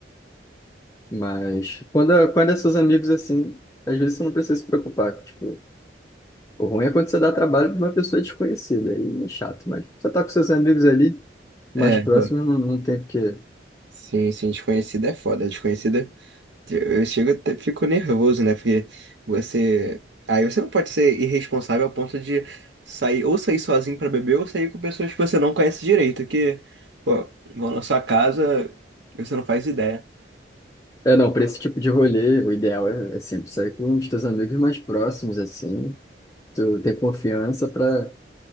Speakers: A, on the left (about 20°); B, on the right (about 80°).
A: mas quando, é- quando é seus amigos assim, às vezes você não precisa se preocupar. Tipo, o ruim é quando você dá trabalho pra uma pessoa desconhecida, aí é chato, mas você tá com seus amigos ali, mais
B: É, agora.
A: próximos, não, não tem o que.
B: Sim, sim, desconhecida é foda. Desconhecida, eu chego, até fico nervoso, né? Porque você. Aí você não pode ser irresponsável ao ponto de sair, ou sair sozinho pra beber, ou sair com pessoas que você não conhece direito, que, pô, vão na sua casa, e você não faz ideia.
A: É, não, para esse tipo de rolê, o ideal é, é sempre sair com os teus amigos mais próximos, assim. Tu tem confiança para